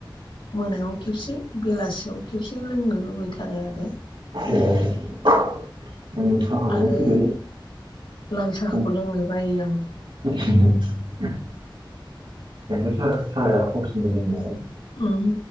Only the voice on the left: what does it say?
मोनायाव खेबसे बेलासियाव खेबसे लोंनो लुबैथारो आरो।
आरो
लाल साहाखौ
लोंनो बायो आङो।
उम